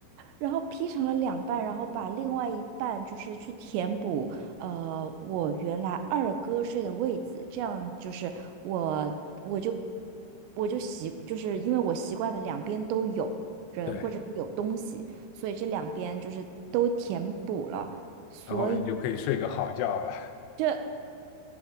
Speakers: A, on the right (about 85°); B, on the left (about 85°).
A: 然后劈成了两半，然后把另外一半就是去填补，呃，我原来二哥睡的位子，这样就是我我就我就习，就是因为我习惯了两边都有人或者是有东西，
B: 对，
A: 所以这两边就是都填补了，所以。
B: 然后你就可以睡个好觉了。
A: 这。